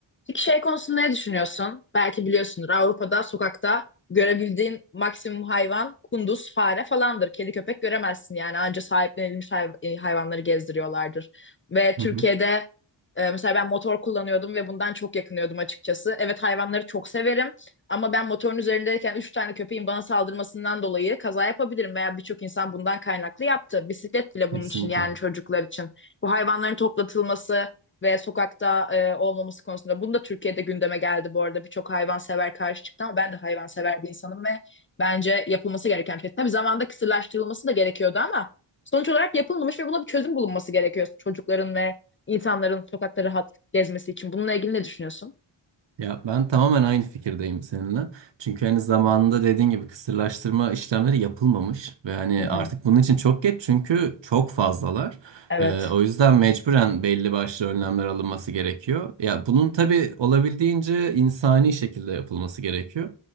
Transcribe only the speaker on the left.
Peki şey konusunda ne düşünüyorsun? Belki biliyorsundur Avrupa'da sokakta görebildiğin maksimum hayvan kunduz, fare falandır. Kedi köpek göremezsin yani anca sahiplenilmiş hay- e, hayvanları gezdiriyorlardır. Ve
Türkiye'de
e, mesela ben motor kullanıyordum ve bundan çok yakınıyordum açıkçası. Evet hayvanları çok severim ama ben motorun üzerindeyken üç tane köpeğin bana saldırmasından dolayı kaza yapabilirim veya birçok insan bundan kaynaklı yaptı. Bisiklet bile
bunun için yani çocuklar için. Bu hayvanların toplatılması ve sokakta e, olmaması konusunda. Bunu da Türkiye'de gündeme geldi bu arada. Birçok hayvansever karşı çıktı ama ben de hayvansever bir insanım ve bence yapılması gereken bir şey. Tabii zamanda kısırlaştırılması da gerekiyordu ama sonuç olarak yapılmamış ve buna bir çözüm bulunması gerekiyor çocukların ve insanların sokakta rahat gezmesi için. Bununla ilgili ne düşünüyorsun?
Hı hı.
Evet.